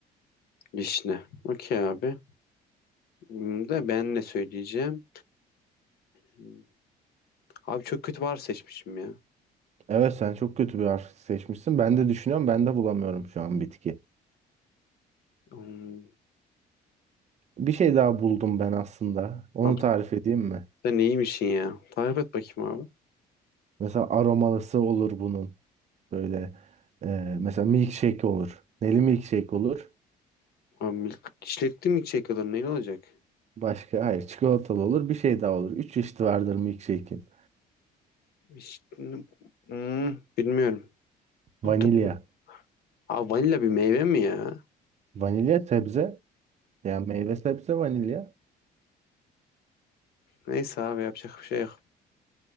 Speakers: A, on the left (about 65°); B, on the right (about 40°).
A: Vişne. Okey abi. Hmm, De ben ne söyleyeceğim? Hmm, Abi çok kötü var seçmişim ya.
B: Evet sen çok kötü bir harf seçmişsin. Ben de düşünüyorum ben de bulamıyorum şu an bitki.
A: Hmm,
B: Bir şey daha buldum ben aslında. Onu
A: Abi
B: tarif edeyim mi?
A: sen neymişsin ya? Tarif et bakayım abi.
B: Mesela aromalısı olur bunun. Böyle e, mesela milkshake olur. Neli milkshake olur.
A: Abi milk, çilekli mi çekiyorlar? Neyle olacak?
B: Başka hayır çikolatalı olur. Bir şey daha olur. Üç çeşit vardır milkshake'in.
A: Vişne- Hmm, bilmiyorum. Hatırlamıyorum.
B: Vanilya.
A: Abi vanilla bir meyve mi ya?
B: Vanilya sebze. Yani meyve sebze vanilya.
A: Neyse abi yapacak bir şey yok.